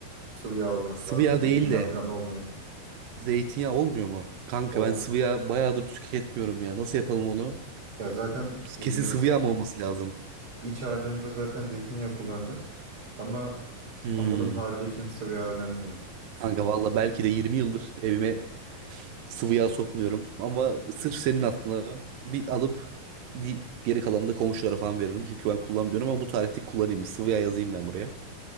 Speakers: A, on the right (about 40°); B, on the right (about 75°).
A: Sıvı yağ olması
B: sıvı
A: lazım.
B: yağ
A: Zeytinyağı
B: değil de
A: falan olmuyor.
B: zeytinyağı olmuyor mu? Kanka
A: Ol
B: ben sıvı yağ bayağıdır tüketmiyorum ya. Nasıl yapalım onu?
A: ya zaten e,
B: Kesin sıvı yağ mı olması lazım?
A: iç harcında zaten zeytinyağı kullanacağız. Ama
B: Hmm.
A: Hamurun harcı için sıvı yağ önemli ya.
B: Kanka valla belki de 20 yıldır evime Sıvı yağ sokmuyorum. Ama sırf senin aklına bir alıp di- geri kalanını da komşulara falan veririm. Çünkü ben kullanmıyorum ama bu tarihte kullanayım. Sıvı yağ yazayım ben buraya.